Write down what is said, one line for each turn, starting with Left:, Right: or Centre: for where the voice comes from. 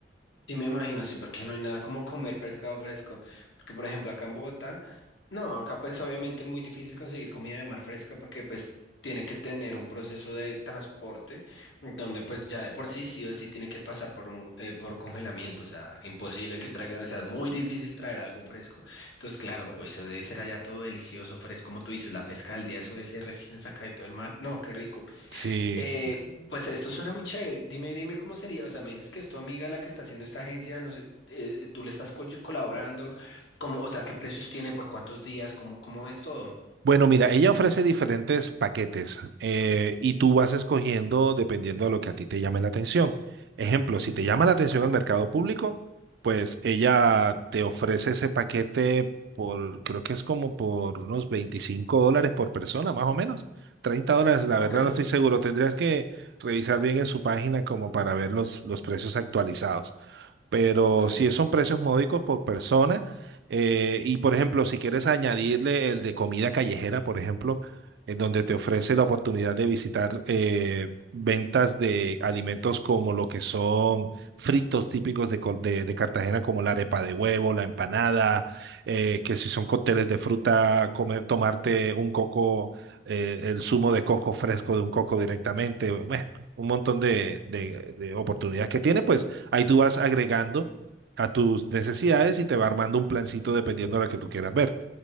Left: Sí, me imagino, sí, porque no hay nada como comer pescado fresco. Porque, por ejemplo, acá en Bogotá, no, acá pues obviamente es muy difícil conseguir comida de mar fresca porque pues tiene que tener un proceso de transporte donde pues ya de por sí sí o sí tiene que pasar por un eh, por congelamiento. O sea, imposible que traiga, o sea, es muy difícil traer algo fresco. Entonces, claro, eso debe ser allá todo delicioso, fresco, como tú dices, la pesca al día, eso debe ser recién sacado del mar. No, qué rico.
Right: Sí.
Left: Eh, pues esto suena muy chévere. Dime, dime cómo sería. O sea, me dices que es tu amiga la que está haciendo esta agencia, no sé, eh, tú le estás co- colaborando, cómo, o sea, qué precios tiene, por cuántos días, cómo, cómo es todo.
Right: Bueno, mira, ella ofrece diferentes paquetes eh, y tú vas escogiendo dependiendo de lo que a ti te llame la atención. Ejemplo,
Left: Ujú.
Right: si te llama la atención el mercado público, pues ella te ofrece ese paquete por, creo que es como por unos 25 dólares por persona, más o menos. treinta dólares, la
Left: Ok,
Right: verdad no estoy seguro. Tendrías que revisar bien en su página como para ver los, los precios actualizados. pero
Left: ok.
Right: sí son precios módicos por persona. eh, y por ejemplo, si quieres añadirle el de comida callejera, por ejemplo, en donde te ofrece la oportunidad de visitar eh, ventas de alimentos como lo que son fritos típicos de, Co- de- de Cartagena, como la arepa de huevo, la empanada, eh, que si son cócteles de fruta, comer, tomarte un coco, eh, el zumo de coco fresco de un coco directamente, bueno, un montón de de- de oportunidades que tiene, pues. Ahí tú vas agregando a tus necesidades y te va armando un plancito dependiendo de lo que tú quieras ver.